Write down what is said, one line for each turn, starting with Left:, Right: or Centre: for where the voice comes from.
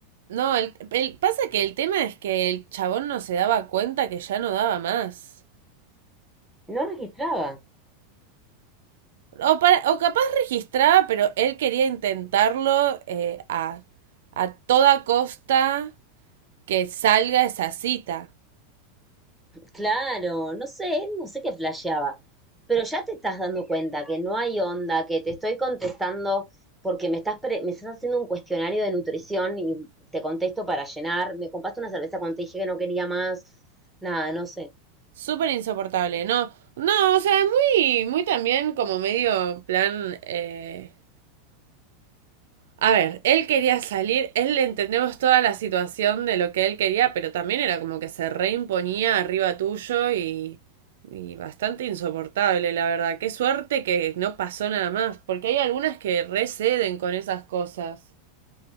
Right: No, el, el- pasa que el tema es que el chabón no se daba cuenta que ya no daba más.
Centre: No registraba.
Right: O, para- o capaz registraba, pero él quería intentarlo eh, a, a toda costa que salga esa cita.
Centre: Claro, no sé, no sé qué flasheaba. Pero ya te estás dando cuenta que no hay onda, que te estoy contestando porque me estás, pre- me estás haciendo un cuestionario de nutrición y te contesto para llenar. Me compraste una cerveza cuando te dije que no quería más. Nada, no sé.
Right: Súper insoportable, ¿no? No, o sea, muy, muy también como medio plan eh, A ver, él quería salir, él entendemos toda la situación de lo que él quería, pero también era como que se reimponía arriba tuyo y, y bastante insoportable, la verdad. Qué suerte que no pasó nada más, porque hay algunas que receden con esas cosas.